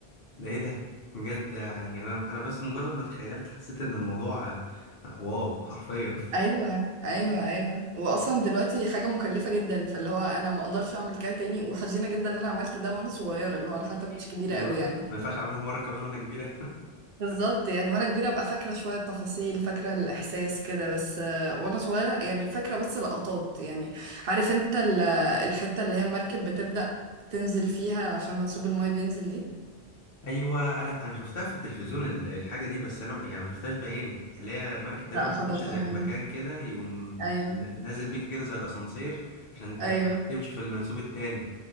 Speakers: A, on the left; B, on the right.
A: ده إيه ده بجد يعني أنا أنا بس مجرد ما تخيلت حسيت إن الموضوع آه، واو حرفيا
B: ايوه ايوه ايوه واصلا دلوقتي حاجه مكلفه جدا فاللي هو انا ما اقدرش اعمل كده تاني وحزينه جدا ان انا عملت ده وانا صغيره اللي هو انا حتى كنتش
A: <laughs>
B: كبيره
A: لا
B: قوي يعني
A: ما ينفعش أعملها مرة كمان وأنا كبيرة
B: بالظبط يعني وانا كبيره ابقى فاكره شويه تفاصيل فاكره الاحساس كده بس آه، وانا صغيره يعني فاكره بس لقطات يعني عارف انت ال- الحته اللي هي المركب بتبدا تنزل فيها عشان منسوب المايه بينزل دي
A: <laughs> أيوه أنا أنا شفتها في التلفزيون ال- الحاجة دي بس أنا ما- يعني ما شفتهاش بعيني اللي هي مركب تقريبا
B: لا حضرتها
A: بتخش زي
B: هنا
A: في مكان كده يقوم
B: ايوه
A: من- نازل بيكي كده زي الأسانسير عشان ت-
B: ايوه
A: تمشي في المنسوب التاني